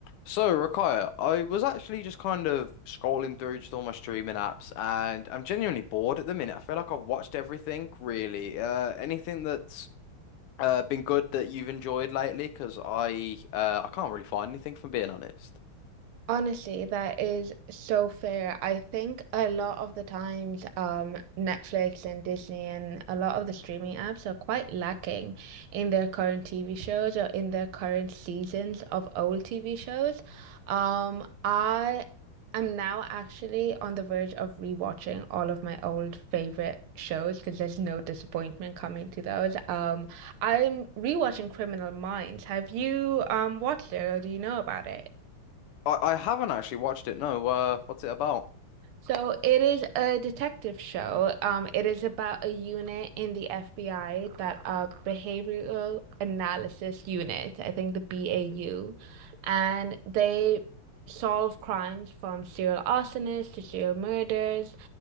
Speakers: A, on the left; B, on the right.
A: So, Rakaya, I was actually just kind of scrolling through just all my streaming apps, and I'm genuinely bored at the minute. I feel like I've watched everything, really. Uh, anything that's uh, been good that you've enjoyed lately? Because I uh, I can't really find anything, from being honest.
B: Honestly, that is so fair. I think a lot of the times, um, Netflix and Disney and a lot of the streaming apps are quite lacking in their current TV shows or in their current seasons of old TV shows. Um, I am now actually on the verge of rewatching all of my old favorite shows because there's no disappointment coming to those. Um, I'm rewatching Criminal Minds. Have you um watched it or do you know about it?
A: I, I haven't actually watched it. No, uh, what's it about?
B: So it is a detective show. Um, it is about a unit in the FBI that uh behavioral analysis unit, I think the BAU, and they solve crimes from serial arsonists to serial murders,